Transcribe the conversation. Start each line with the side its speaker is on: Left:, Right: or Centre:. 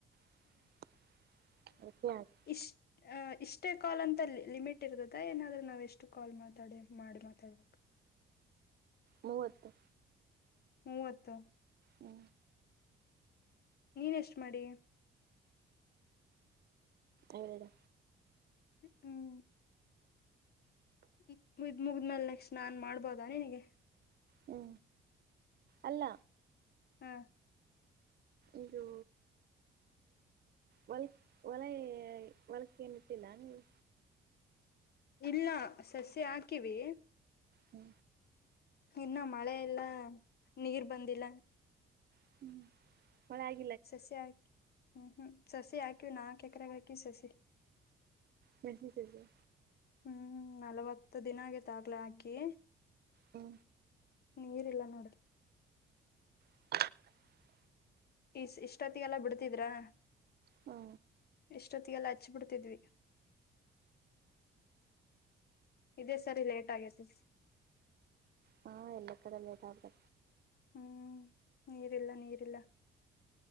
Right: <unintelligible>
Left: ಇಷ್ ಟ ಹ ಇಷ್ಟೇ ಕಾಲ್ ಅಂತ ಲಿಮಿಟ್ <unintelligible> ಏನಾದ್ರೆ ನಾವ್ ಎಷ್ಟು ಕಾಲ್ ಮಾತಾಡಿ ಮಾಡಿ ಮಾತಾಡ್ಬೇಕ?
Right: ಮೂವತ್ತು
Left: ಮೂವತ್ತು
Right: ಹ್ಮ
Left: ನೀನ್ ಎಷ್ಟ ಮಾಡಿಯ?
Right: ಎರಡು
Left: <unintelligible> <unintelligible> ಮುಗಿದ್ಮೇಲೆ ನೆಕ್ಸ್ಟ ನಾನ್ ಮಾಡ್ಬೋದಾ ನಿನಗೆ?
Right: ಹ್ಮ ಅಲ್ಲ
Left: ಹಾ
Right: ಇದು ಹೊಲ್ ಹೊಲ ಹೊಲಕ್ ಏನ್ ಇಟ್ಟಿಲ್ಲ ನೀವು?
Left: ಇಲ್ಲ ಸಸ್ಯ ಹಾಕಿವಿ.
Right: ಹ್ಮ
Left: ಇನ್ನ ಮಳೆ ಎಲ್ಲಾ ನೀರ್ ಬಂದಿಲ್ಲ.
Right: ಹ್ಮ <unintelligible>
Left: ಸಸ್ಯ ಹಾಕಿ ಹ್ಮ ಹ್ಮ ಸಸಿ ಹಾಕಿವ್ ನಾಲ್ಕ ಎಕರೆಗ ಹಾಕಿ ಸಸಿ.
Right: ಮೆನಸಿನ ಸಸಿಯ?
Left: ಹ್ಮ ನಲ್ವತ್ತು ದಿನ ಆಗೇತ್ ಆಗ್ಲೇ ಹಾಕಿ.
Right: ಹ್ಮ
Left: ನೀರ್ ಇಲ್ಲ ನೋಡ್ರಿ.
Right: <inaudible>
Left: ಈ ಇಷ್ಟೊತ್ತಿಗೆ ಎಲ್ಲ ಬಿಡ್ತಿದ್ರಾ.
Right: ಹು.
Left: ಎಷ್ಟೊತ್ತಿಗೆಲ್ಲ ಹಚ್ಚಬುಡ್ತಿದ್ವಿ. ಇದೇ ಸರಿ ಲೇಟ್ ಆಗೇತಿ.
Right: ಹಾ ಎಲ್ಲ ಕಡೆ ಲೇಟ್ ಆದ್ರೆ.
Left: ಹ್ಮ್ ನೀರಿಲ್ಲ ನೀರಿಲ್ಲ.